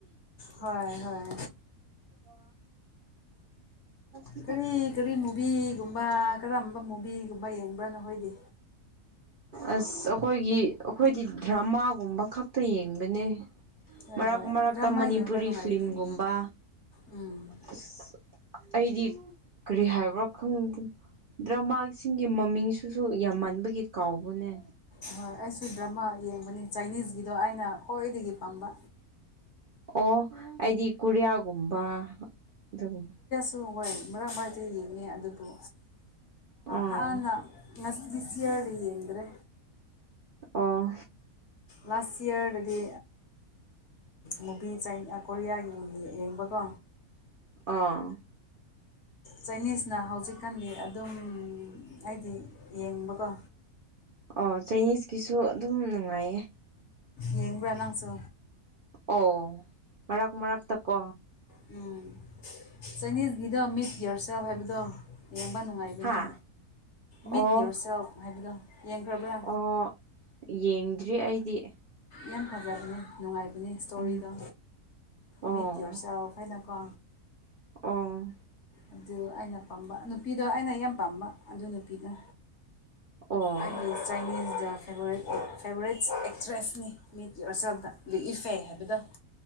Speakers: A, on the left; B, on the right.
A: ꯍꯣꯏ ꯍꯣꯏ
B: ꯑꯣ ꯎꯝ
A: ꯀꯔꯤ ꯀꯔꯤ ꯃꯨꯚꯤꯒꯨꯝꯕ ꯀꯔꯝꯕ ꯃꯨꯚꯤꯒꯨꯝꯕ ꯌꯦꯡꯕ꯭ꯔꯥꯅꯣꯈꯣꯏꯗꯤ
B: ꯑꯁ ꯑꯩꯈꯣꯏꯒꯤ ꯑꯩꯈꯣꯏꯗꯤ ꯗ꯭ꯔꯃꯥꯒꯨꯝꯕ ꯈꯛ ꯇ ꯌꯦꯡꯕꯅꯦ
A: ꯍꯣꯏ
B: ꯃꯔꯛ
A: ꯍꯣꯏ
B: ꯃꯔꯛꯇ
A: ꯗ꯭ꯔꯃꯥ
B: ꯃꯅꯤꯄꯨꯔꯤ
A: ꯌꯦꯡꯕ ꯅꯨꯡꯉꯥꯏꯕꯅꯤ
B: ꯐꯤꯤꯂꯝꯒꯨꯝꯕ
A: ꯎꯝ
B: ꯑꯁ ꯑꯩꯗꯤ ꯀꯔꯤ ꯍꯥꯏꯕ꯭ꯔꯥ ꯈꯪ ꯗ꯭ꯔꯃꯥꯁꯤꯡꯒꯤ ꯃꯃꯤꯡ ꯑꯗꯨꯨꯁꯨ ꯌꯥꯝ ꯃꯥꯟꯕꯒꯤ ꯀꯥꯎꯕꯅꯦ
A: ꯑꯍꯣꯏ ꯑꯩꯁꯨ ꯗ꯭ꯔꯃꯥ ꯌꯦꯡꯕꯅꯤ ꯆꯥꯏꯅꯤꯁꯀꯤꯗꯣ ꯑꯩꯅ ꯈ꯭ꯋꯥꯏꯗꯒꯤ ꯄꯥꯝꯕ
B: ꯑꯣ ꯑꯩꯗꯤ ꯀꯨꯔꯤꯌꯥꯒꯨꯝꯕ ꯑꯗꯨꯝ
A: ꯋꯥꯏ ꯃꯔꯥꯡ ꯃꯔꯥꯏꯥꯏꯛꯇ ꯌꯦꯡꯉꯦ ꯑꯗꯨꯕꯨ
B: ꯑꯥ
A: ꯍꯥꯟꯅ ꯉꯁꯁꯤꯑꯔꯤ ꯌꯦꯟꯦ
B: ꯑꯣ
A: ꯂꯥꯁ ꯌꯌꯥꯔꯗꯗꯤ ꯃꯨꯚꯤ ꯀꯣꯔꯤꯌꯥꯒꯤ ꯌꯦꯡꯕꯀꯣ
B: ꯑꯥ
A: ꯆꯥꯏꯅꯤꯁꯅ ꯍꯧꯖꯤꯛꯀꯥꯟꯗꯤ ꯑꯗꯨꯝ ꯑꯩꯗꯤ ꯌꯦꯡꯕꯀꯣ
B: ꯑꯣ ꯆꯥꯏꯅꯤꯁꯀꯤꯁꯨ ꯑꯗꯨꯝ ꯅꯨꯡꯉꯥꯏꯌꯦ
A: ꯌꯦꯡꯕ꯭ꯔꯥ ꯅꯪꯁꯨ
B: ꯑꯣ ꯃꯔꯛ ꯃꯔꯛꯇꯀꯣ
A: ꯎꯝ ꯆꯅꯤꯁꯒꯤꯗ ꯃꯤꯠ ꯍꯌꯔꯁꯇꯞ ꯍꯥꯏꯕꯗꯣ ꯌꯦꯡꯕ ꯅꯨꯡꯉꯥꯏ ꯍꯥꯏꯕꯅꯤ
B: ꯍꯥ ꯑꯣ
A: ꯃꯤꯠ ꯌꯣꯔ ꯁꯦꯜꯞ ꯍꯥꯏꯕꯗꯣ ꯌꯦꯡꯈ꯭ꯔꯕ꯭ꯔꯥ
B: ꯑꯣ ꯌꯦꯡꯗ꯭ꯔꯤ ꯑꯩꯗꯤ
A: ꯌꯥꯝ ꯐꯖꯕꯅꯦ ꯅꯨꯡꯉꯥꯏꯕꯅꯦ ꯏꯁꯇꯣꯔꯤꯗꯣ
B: ꯎꯝ ꯑꯣ
A: ꯃꯤꯠ ꯌꯣꯔꯁꯨ ꯌꯥ ꯍꯥꯏꯅꯀꯣ
B: ꯑ
A: ꯑꯗꯨ ꯑꯩꯅ ꯄꯥꯝꯕ ꯅꯨꯄꯤꯗꯣ ꯑꯩꯅ ꯌꯥꯝ ꯄꯥꯝꯕ ꯑꯗꯨ ꯅꯨꯄꯤꯗꯣ
B: ꯑꯣ
A: ꯑꯩꯒꯤ ꯆꯥꯏꯅꯤꯖꯗ ꯐꯦ ꯐꯦꯕꯣꯔꯦꯠꯁ ꯑꯦꯛꯇ꯭ꯔꯦꯁꯅꯤ ꯃꯤꯠꯀꯤ ꯑꯣꯔꯆꯕꯗ ꯂꯤꯛꯏ ꯐꯩ ꯍꯥꯏꯕꯗ